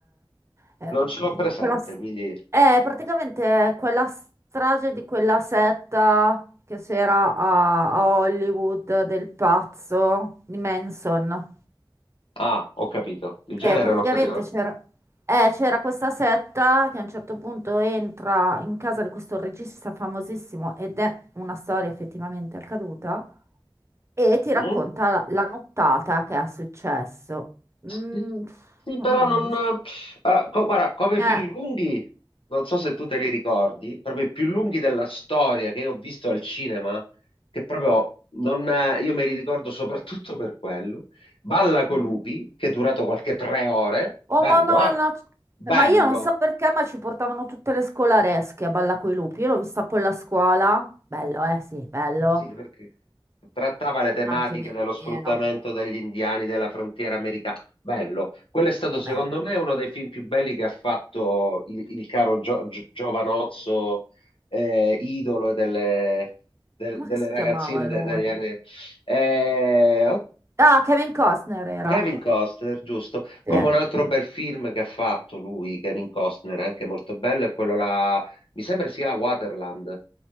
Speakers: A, on the right (about 30°); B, on the left (about 85°).
A: Eh, eh,
B: non ce
A: di
B: l'ho presente,
A: quella s-
B: quindi
A: eh, praticamente è quella strage di quella setta che c'era a, a Hollywood del pazzo di Manson
B: ah, ho capito, il
A: che
B: genere
A: praticamente
B: l'ho capito.
A: c'era eh, c'era questa setta che a un certo punto entra in casa di questo regista famosissimo ed è una storia effettivamente accaduta e ti racconta
B: Mm?
A: la, la nottata che è successo. Mm,
B: Sì, sì, però
A: mm,
B: non... eh, co- guarda, come
A: eh,
B: film lunghi, non so se tu te li ricordi, proprio i più lunghi della storia che io ho visto al cinema, che proprio non... eh, io me li ricordo soprattutto per quello. Balla con
A: mm.
B: lupi, che è durato qualche tre ore.
A: Oh,
B: Bello,
A: ma no,
B: eh?
A: no,
B: Bello.
A: ma io non so perché, ma ci portavano tutte le scolaresche a Balla coi lupi. Io l'ho vista con la scuola. Bello, eh? Sì, bello.
B: Sì, perché trattava le tematiche
A: Anche meno.
B: dello sfruttamento degli indiani della frontiera americana. Bello. Quello è stato, secondo
A: Bello.
B: me, uno dei film più belli che ha fatto il, il caro Gio- Gio- Giovanozzo, eh, idolo delle, del-
A: Come
B: delle
A: che si
B: ragazzine
A: chiamava
B: de-
A: lui?
B: degli anni. Eh, oh,
A: Ah, Kevin Costner era.
B: Kevin Costner, giusto.
A: Sì,
B: Come un altro
A: sì.
B: bel film che ha fatto lui, Kevin Costner, anche molto bello, è quello là. Mi sembra sia Waterland.